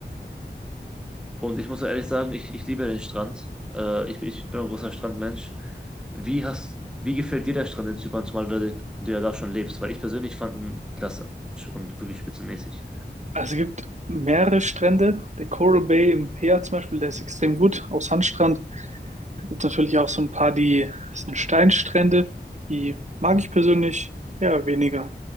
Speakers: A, in the centre; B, on the right.
A: Und ich muss so ehrlich sagen, ich, ich liebe den Strand. Äh, ich, bin- ich bin ein großer Strandmensch. Wie hast, wie gefällt dir der Strand in Zypern, zumal du, da- du ja da schon lebst? Weil ich persönlich fand ihn klasse und wirklich spitzenmäßig.
B: Also es gibt mehrere Strände. Der Coral Bay in Peer zum Beispiel, der ist extrem gut, auch Sandstrand. Da gibt es natürlich auch so ein paar, die das sind Steinstrände. Die mag ich persönlich ja weniger.